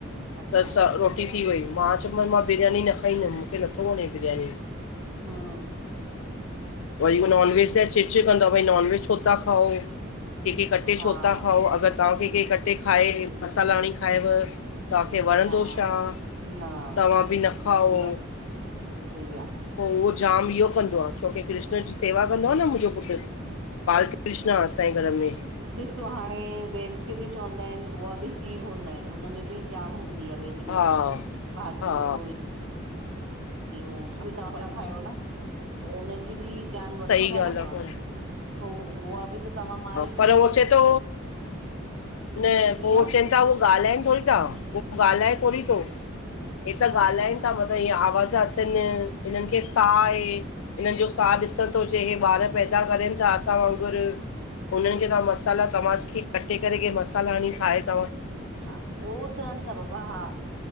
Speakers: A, on the right (about 65°); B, on the left (about 80°).
A: अच्छा
B: त् छा
A: सही
B: रोटी
A: आ
B: थी
A: न,
B: वई! मां चओ मान मां बिरयानी न खाईं दम मूखे नथो वणे बिरयानी।
A: हम्म
B: वरी हूअ नॉन वेज लाये चिक-चिक कंदव भई, वरी नॉन वेज छो छो तां खाओ, के खे कटे
A: हा,
B: छो तां खाओ। काॅ केखे कटे खाएं, मसाला हणी खाएं व। तहांखे वणंदो
A: हा
B: छा!
A: न
B: त्वां बि न खाओ।
A: ईअं थींदो आ न, सही आ।
B: पो उहो जाम इहो कंदो आह, छोकी कृष्ण जी सेवा कंदो आ न मुहिंजो पुट्र। बाल कृष्ण आ असां ऐ घर में।
A: सो हाणे वेज खे बि चवंदा आएं उहा बि जीव हूंदा आयेन, उनमें बि जान हूंदी आ वेज ज में
B: हा
A: भी भाजीयूं
B: हा
A: अउ इओ सिता फ़ला खायो ना, ओ हुनजी बि ज़ान वठो
B: सही
A: था
B: ॻाल्हि
A: न ता।
B: आहे पर
A: पो उआ बि त तव्हां मारे
B: पर
A: खाईंदा
B: हो
A: आहिन
B: चए तो, न पो
A: ईअं
B: चेन् त हुअ ॻालाएन थोड़ी ता, उह ॻालाए थोड़ी तो हे त
A: अच्छा
B: ॻालाइन था मत हिय आवाज़ अचन, हिनन खे साह आहे। हिनन जो साह ॾिसण तो अचे हे बार पैदा करन था असां वांगूर उन्हन खे तहां मसाला! तव्हांखे कटे करे, केर मसाला हणी खाऐ त्
A: हा उओ चअ ता बाबा हा।